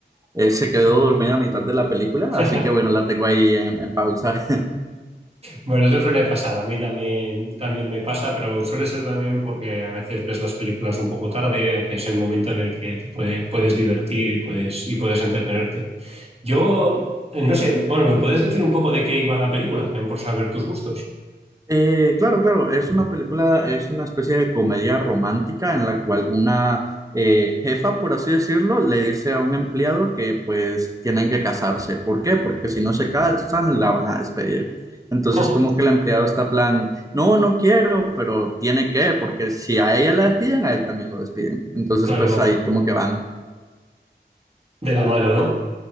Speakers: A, on the right; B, on the right.
A: Eh, se quedó
B: Bien.
A: dormida a mitad de la película,
B: <laughs>
A: así que bueno, la tengo ahí en, en pausa.
B: Bueno, eso suele pasar, a mí también, también me pasa, pero suele ser también porque a veces ves las películas un poco tarde, que es el momento en el que te puede- puedes divertir y puedes, y puedes entretenerte. Yo, eh, no sé, bueno, ¿me puedes decir un poco de qué iba la película? También por saber tus gustos.
A: Eh, claro, claro, es una película, es una especie de comedia romántica en la cual una eh, jefa, por así decirlo, le dice a un empleado que pues tienen que casarse. ¿Por qué? Porque si no se casan, la van a despedir. Entonces
B: Oh,
A: como que el empleado está plan, no, no quiero, pero tiene que, porque si a ella la despiden, a él también lo despiden. Entonces
B: claro,
A: pues
B: van
A: ahí como que van.
B: de la mano, ¿no?